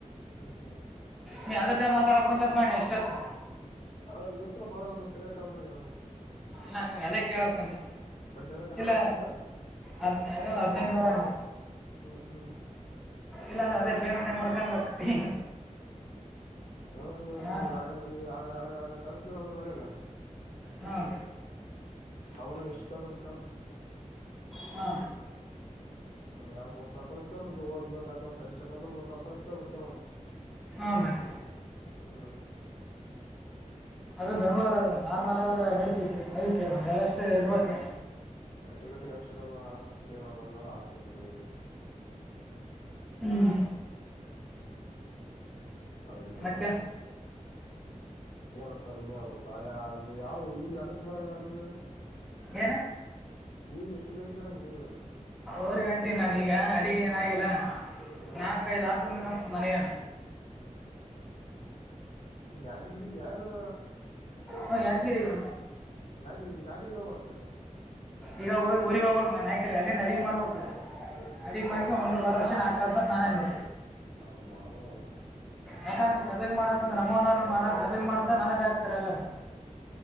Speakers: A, on the left; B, in the centre.
A: ಹ್ಮ್
B: ನೀ ಅದ್ರ್ದ ಮಾತಾಡಕಂತತ್ ಮಾಡಣ ಇಷ್ಟತು
A: ಆದ್ರ ಗೊತ್ತಲ ಬದ್ರ <unintelligible> ಕಡಕ್ ಮಾಡ <unintelligible>
B: ನನ್ ಅದೇ ಕೇಳಕ್ ಬಂದೆ.
A: ಬಡ್ಡಿ ಇದ್ರಾಗ ಎಷ್ಟು
B: ಇಲ್ಲ
A: ಕೊಡ್ಬೇಕಂತ
B: ಅದ ಅಂದು ಹದಿನೈದು ವರಾಂಗ
A: ಹ್ಮ್ ಹ್ಮ್
B: ಇಲ್ಲಾಂದ್ರೆ ಅದೇ ಪೇಮೆಂಟ್ ಮರ್ಕೊಂಡ್ ಬೇಕ್ ಇಮ್ಹ
A: ಏಂದ್ರ
B: ಹಾಂ
A: ಎಡ್ ಎಡ್ ಎರಡುವೆರೆ ಸಾವರ್ರ್ಕೇಳ ಅಂದ್ರ ಮನ್ಯಾಗ
B: ಹ್ಮ
A: ಅವನು ಎಷ್ಟಕಾದ್ರ
B: ಹಾ
A: ಹ್ಮ್ ಯಾವ್ ಮೂರ್ ಸಾವಿರ ತನಕ್ಕೆ ಕಮ್ಮಿ ಹೋಗಬೇಕ ಅ ಕರಿಚಕಂದ್ರ ಮೂರ್ ಸಾವರ ತನಕ ಕಮಿ ಮಾಡ್ತ್ತೆ
B: ಹಾ ಮಾತ್ರಿ
A: ಹ್ಮ್
B: ಅದು ಬೆಂಗ್ಗಳೂರು ಅದ ನಾರ್ಮಲ್ ಆದ್ರೆ ನಡೀತಿತ್ತು ಅದಕ್ಕೆ ಒಂದ ಎಡಷ್ಟು ಇರ್ಬೇಕು
A: ಟಿಕೆಟ್ ಎಕ್ಸ್ ಪೇ ಮಾಡ ಬಂದ ಮೇಲೆ ಹಾಕೊಂತೀ ಮನೆಗೆ
B: ಹ್ಮ್
A: ಅವರು ಮತ್ತ
B: ಮತ್ತೆ
A: ಏನಪ್ಪ ನೀ ಅ ಯಾವ ಊರಿಗೆ ಇಡ ಬಾರ ಅಂತಂದನ
B: ಏನೆ
A: ಊರಿಗೆಗ್ ಎಷ್ಟು ಗಂಟಗರಂಗ ಇಊರ
B: ಅವರು ಗಂಟೆ ನಾನ ಈಗ ಅಡಿಗೆ ಏನಾಗಿಿಲ್ಲ
A: ಹ್ಮ್
B: ನಾಲ್ಕೈಐದು ಆತ ಮನೆಯನೆ
A: ಯಾಚರ್ಕಿದಯ ನಾ
B: ಹ ಯಾದಗಿರಿಮ್ಮ
A: ಯಾವ್ದ ನಾಲ್ಕೆ ಬರತ್ತ ನಾನು
B: ಈಗ ಹೋಗಿ ಊರಿಗೆ ಹೋಗ್ಬೇಕು ನಾನನ್ ಆಯಕ ಅಲ್ಲಿಂದ ಅಡಗ್ ಮಾಡ್ಬೇಕು ಅಡಿಗ್
A: ಹ್ಮ್
B: ಮಾಡಕ ಒಂದ ಬಾರ ವರ್ಷಾ ಕಬ್ಲ ನಾರಾಯಣು
A: ಹಬ ಹ
B: ಯಾಕಂದ್ರೆ ಸದಂಗ ಮಾಡಕ ಬಂದ ನಮವನವರು ಮಾಡ ಸದಂಗ್ ಮಾಡ್ತ ನನಗ ಆಾಕ್ತಾರೆ ಎಲ್ಲರು